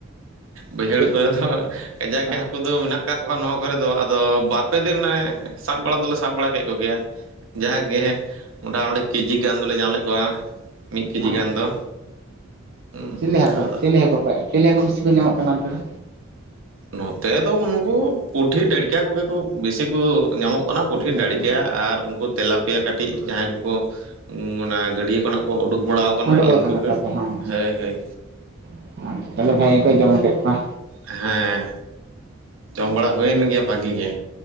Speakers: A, on the right (about 80°); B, on the right (about 50°).
A: ᱵᱟᱹᱭᱦᱟᱹᱲ
B: ᱠᱷᱟᱹᱛᱤᱨ
A: ᱠᱚᱨᱮ ᱫᱚ ᱠᱟᱡᱟᱠ
B: ᱦᱮᱸ
A: ᱜᱮ ᱦᱟᱹᱠᱩ ᱫᱚ ᱢᱮᱱᱟᱜᱼᱼ <inaudible> ᱠᱚᱣᱟ ᱱᱚᱣᱟ ᱠᱚᱨᱮ ᱫᱚ, ᱟᱫᱚ ᱵᱟᱨᱯᱮ ᱫᱤᱱ ᱥᱟᱵ ᱵᱟᱲᱟ ᱫᱚᱞᱮ ᱥᱟᱵ ᱵᱟᱲᱟ ᱠᱮᱫ ᱠᱚ ᱜᱮᱭᱟ᱾ ᱡᱟᱦᱟᱸᱜᱮ ᱚᱸᱰᱟ ᱚᱲᱮᱡ ᱠᱮᱹᱡᱤ ᱜᱟᱱ ᱫᱚᱞᱮ ᱧᱟᱢ ᱞᱮᱫ ᱠᱚᱣᱟ, ᱢᱤᱫ ᱠᱮᱡᱤ
B: ᱟᱪᱪᱷᱟ
A: ᱜᱟᱱ ᱫᱚ᱾ ᱦᱩᱸ
B: ᱪᱤᱞᱤ ᱦᱟᱹᱠᱩ
A: ᱟᱫᱚ
B: ᱪᱤᱞᱤ ᱦᱟᱹᱠᱩᱮᱯ ᱪᱤᱞᱤ ᱦᱟᱹᱠᱩ ᱵᱤᱥᱤ ᱠᱚ ᱧᱟᱢᱚᱜ ᱠᱟᱱᱟ ᱚᱱᱛᱮ ᱫᱚ?
A: ᱱᱚᱛᱮ ᱫᱚ ᱩᱱᱠᱩ ᱯᱩᱴᱷᱤ ᱰᱟᱹᱲᱠᱟ ᱠᱚᱜᱮ ᱠᱚ ᱵᱤᱥᱤ ᱠᱚ ᱧᱟᱢᱚᱜᱼᱼ ᱚᱱᱟ ᱯᱩᱴᱷᱤ
B: ᱟᱪᱪᱷᱟ
A: ᱫᱟᱹᱲᱤ
B: ᱟᱪᱪᱷᱟ
A: ᱠᱮᱭᱟ ᱟᱨ ᱩᱱᱠᱩᱫ ᱛᱮᱞᱟ ᱯᱮᱭᱟ ᱠᱟᱹᱴᱤᱡ ᱡᱟᱦᱟᱸᱭ ᱠᱩᱠᱩ ᱚᱱᱟ ᱜᱟᱹᱰᱭᱟᱹ ᱠᱷᱚᱱᱟᱜ ᱠᱚ ᱩᱰᱩᱠ ᱵᱟᱲᱟᱣ ᱠᱟᱱᱟᱭ
B: ᱩᱰᱩᱠ ᱟᱠᱟᱱᱟ
A: ᱤᱱᱠᱩ ᱜᱮ
B: ᱛᱚᱵᱮ ᱦᱮᱸ
A: ᱦᱮᱭ ᱦᱮᱭ
B: ᱦᱮᱸ ᱛᱟᱦᱚᱞᱮ ᱵᱷᱟᱜᱮ
A: ᱤᱱᱠᱩ
B: ᱠᱚ
A: ᱠᱟᱜᱮ᱾
B: ᱡᱚᱢ ᱠᱮᱫ ᱠᱚᱣᱟ
A: ᱦᱮᱸ ᱡᱚᱢ ᱵᱟᱲᱟ ᱦᱩᱭᱮᱱ ᱜᱮᱭᱟ ᱵᱷᱟᱜᱤ ᱜᱮ